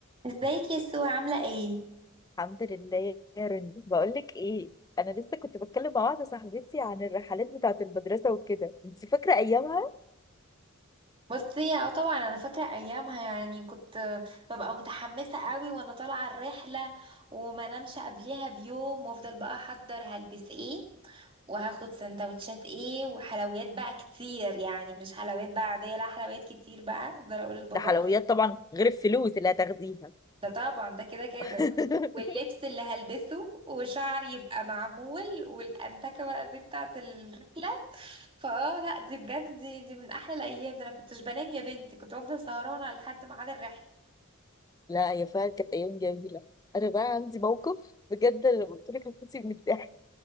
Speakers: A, on the right (about 25°); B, on the left (about 15°).
A: ازيك يا سو عاملة ايه؟
B: الحمد لله يا رني بقول لك ايه انا لسه كنت بتكلم مع واحده صاحبتي عن الرحلات بتاعه المدرسه وكده انت فاكره ايامها
A: بصي اه طبعا انا فاكرة ايامها يعني كنت ببقى متحمسة قوي وانا طالعة الرحلة وما نمش قبلها بيوم وافضل بقى احضر هلبس ايه وهاخد سندوتشات ايه وحلويات بقى كتير يعني مش حلويات بقى عادية لا حلويات كتير بقى افضل اقول لبابا
B: ده حلويات طبعا غير الفلوس اللي هتاخديها
A: ده طبعا ده كده كده
B: <laughs>
A: واللبس اللي هلبسه وشعري يبقى معمول والأنتكة بقى دي بتاعت الرحلة فاه لا دي بجد دي دي من أحلى الأيام ده أنا كنتش بنام يا بنتي كنت بفضل سهرانة لحد ميعاد الرحلة
B: لا يا فعلا كانت ايام جميله انا بقى عندي موقف بجد أنا لو قلت لك هتموتي من الضحك